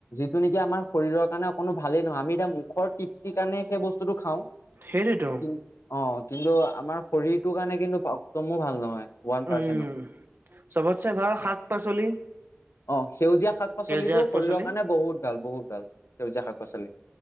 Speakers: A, on the left; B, on the right.
A: যটো নেকিম শৰীৰৰ কাৰণে কোনো ভালেই নহয় আমি এতিয়া মুখৰ ত্ৰিপ্তিৰ কাৰণে সেই বস্তুটো খাওঁ
B: সেইটোৱেতো
A: কিন্ত অ কিন্তু আমাৰ শৰীৰটোৰ কাৰণে কিন্তু একদমো ভাল নহয় ওৱান
B: উম
A: পাৰ্চেন।
B: চবতছে ভাল শাক পাচলি।
A: অ সেউজীয়া শাক পাচলিটো
B: সেউজীয়া শাক
A: শৰীৰৰ
B: পাচলি
A: কাৰণে বহুত ভাল বহুত ভাল সেউজীয়া শাক পাচলি।